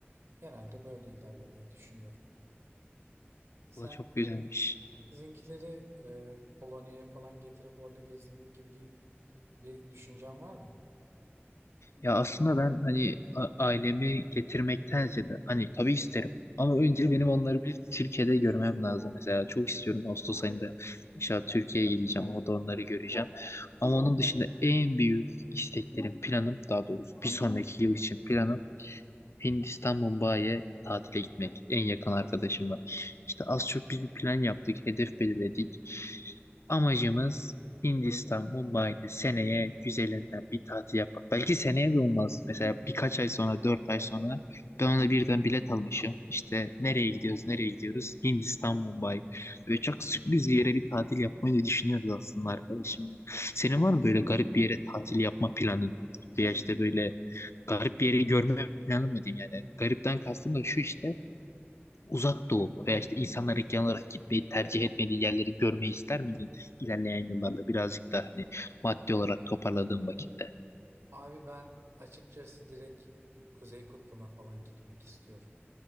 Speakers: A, on the right; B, on the left.
A: Genelde böyle ilerlemeyi düşünüyorum. Sen
B: Bu da çok güzelmiş.
A: sizinkileri e, Polonya'ya falan getirip orada gezdirmek gibi dü- bir düşüncen var mı?
B: Ya aslında ben hani a- ailemi getirmekten ziyade hani tabii isterim. Ama önce benim onları bir Türkiye'de görmem lazım. Mesela çok
A: Hı hı.
B: istiyorum Ağustos ayında inşallah Türkiye'ye gideceğim. Orada onları göreceğim. Ama onun dışında en büyük isteklerim, planım daha doğrusu bir sonraki yıl için planım Hindistan Mumbai'ye tatile gitmek en yakın arkadaşımla. İşte az çok biz bir plan yaptık, hedef belirledik. Amacımız Hindistan Mumbai'de seneye güzelinden bir tatil yapmak. Belki seneye de olmaz. Mesela birkaç ay sonra, dört ay sonra ben ona birden bilet almışım. İşte nereye gidiyoruz, nereye gidiyoruz? Hindistan Mumbai. Böyle çok sürpriz bir yere bir tatil yapmayı da düşünüyoruz aslında arkadaşımla. Senin var mı böyle garip bir yere tatil yapma planın? Veya işte böyle garip bir yeri görme planı mı diyeyim yani. Garipten kastım da şu işte uzak doğu veya işte insanlar genel olarak gitmeyi tercih etmediği yerleri görmeyi ister miydin ilerleyen yıllarda birazcık da hani maddi olarak toparladığım vakitte?
A: Abi ben açıkçası direkt Kuzey Kutbu'na falan gitmek istiyorum.